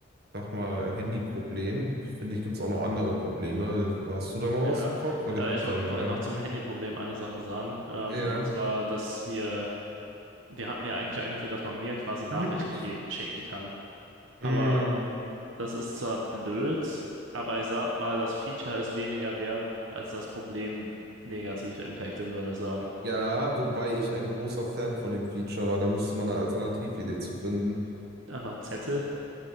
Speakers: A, on the right; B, on the right.
A: sag mal, Handyproblem. Finde ich, gibt es auch noch andere Probleme. Hast du da noch
B: Ja,
A: was im Kopf? Weil
B: äh,
A: ich habe
B: ich
A: da
B: wo-
A: einen
B: wollte
A: Gedanken.
B: noch zum Handyproblem eine Sache sagen. Ähm,
A: Ja.
B: und zwar, dass wir, wir hatten ja eigentlich eingeführt, dass man mir quasi Nachrichten
A: <clears throat>
B: geben, schicken kann. Aber
A: Mm,
B: Das ist zwar blöd, aber ich sag mal, das Feature ist weniger wert, als das Problem negativ impactet würde ich sagen.
A: Ja, wobei ich ein großer Fan von dem Feature war. Da müsste man eine Alternatividee zu finden.
B: Einfach Zettel.